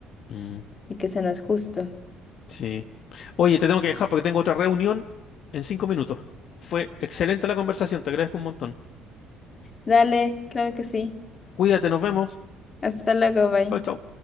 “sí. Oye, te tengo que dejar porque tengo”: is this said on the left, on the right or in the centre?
Left